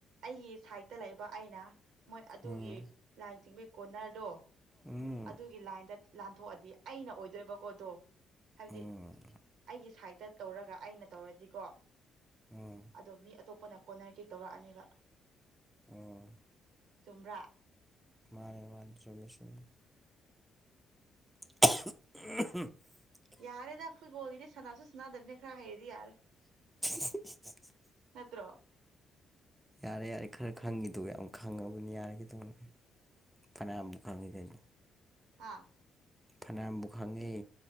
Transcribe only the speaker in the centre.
ꯎꯝ
ꯎꯝ
ꯎꯝ
ꯎꯝ
ꯎꯝ
ꯃꯥꯅꯦ ꯃꯥꯅꯦ ꯆꯨꯝꯃꯦ ꯆꯨꯝꯃꯦ <unintelligible>
<unintelligible>
ꯌꯥꯔꯦ ꯌꯥꯔꯦ ꯈꯔ ꯈꯪꯉꯤꯗꯣ ꯌꯥꯝ ꯈꯪꯉꯕꯅꯤ ꯌꯥꯔꯦꯒꯗꯧ ꯐꯅꯥꯃꯨꯛ ꯈꯪꯉꯤ ꯀꯅꯣ
ꯐꯅꯌꯥꯝꯕꯨꯛ ꯈꯪꯉꯤ